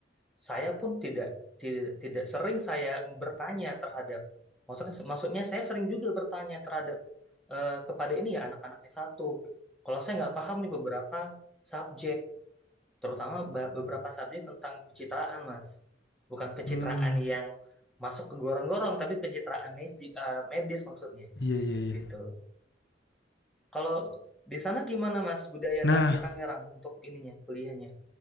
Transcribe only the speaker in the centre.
saya pun tidak tidak, tidak sering saya bertanya terhadap maksudnya maksudnya saya sering juga bertanya terhadap eh, kepada ini ya anak-anak S1. Kalau saya nggak paham nih beberapa subjek, terutama ba- beberapa subjek tentang pencitraan, Mas. Bukan pencitraan
yang masuk ke gorong-gorong, tapi pencitraan magic, eh, medis maksudnya,
gitu. Kalau di sana gimana, Mas, budaya
tang di Tangerang untuk ininya, kuliahnya?